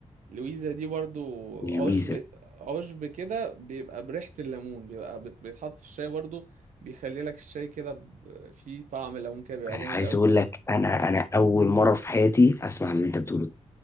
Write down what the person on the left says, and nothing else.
الويزا
أنا
عايز
أقول لك أنا أنا أول مرة في حياتي أسمع اللي أنت بتقوله ده